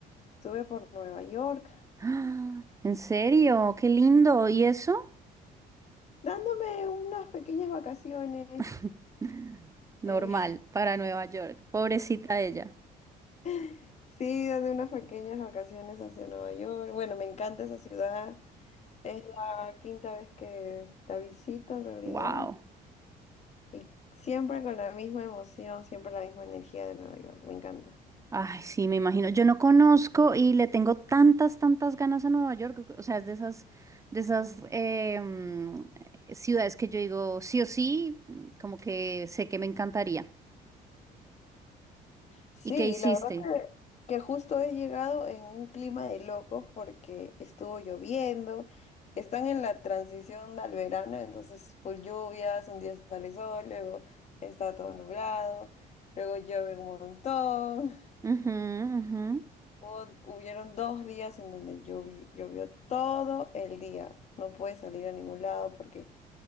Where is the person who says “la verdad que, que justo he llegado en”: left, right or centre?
Left